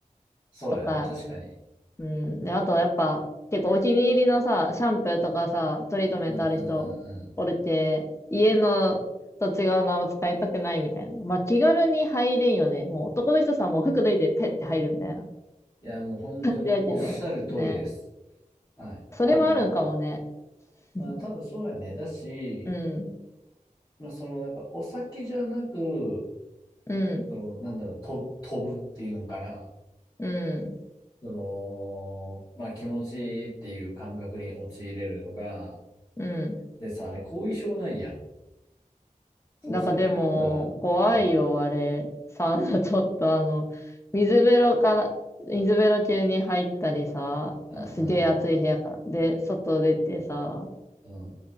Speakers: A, on the left; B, on the left.
A: そうやね。
B: とか、
A: 確かに。
B: うん。で、あとやっぱ、結構お気に入りのさ、シャンプーとかさ、トリートメントある人、
A: うんうんうんうん。
B: おるて、家のと違うのあんま使いたくないみたいな。まあ気軽に入れんよね。もう男の人さ、もう服脱いでペッて入るみたいな。
A: いや、もう本当におっしゃる通りです。
B: だけど、ね。
A: はい。
B: それもあるんかもね。
A: あの、
B: <laughs>
A: まあ、多分そうやね。だし、
B: うん。
A: まあ、そのなんかお酒じゃなく
B: うん。
A: その、なんだろう、と飛ぶっていうのかな。
B: うん。
A: その、まあ、気持ちいいっていう感覚に陥れるのが、
B: うん。
A: でさ、あれ、後遺症ないやん。そう、
B: なんかでも、
A: お酒飲んだ、
B: 怖いよ、
A: うん、
B: あれ。サウナ、ちょっとあの、水風呂から、水風呂中に入ったりさ、
A: うんう
B: すげえ暑い部屋から。
A: ん
B: で、外出てさ、
A: うん。うん。